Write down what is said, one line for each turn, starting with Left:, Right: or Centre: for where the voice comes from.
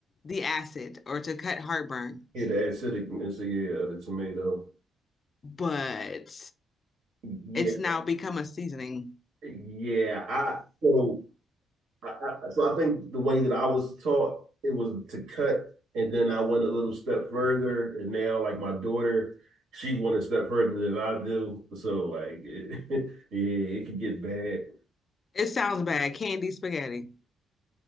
Left: the acid or to cut heartburn,
Right: Yeah, the acidicness yeah, of the tomato.
Left: but
Right: Yeah,
Left: it's now become a seasoning.
Right: yeah. I so I, I, so I think the way that I was taught it was to cut, and then I went a little step further, and now like my daughter, she went a step further than I do. So like, it, <laughs> yeah, it could get bad.
Left: It sounds bad. Candy spaghetti.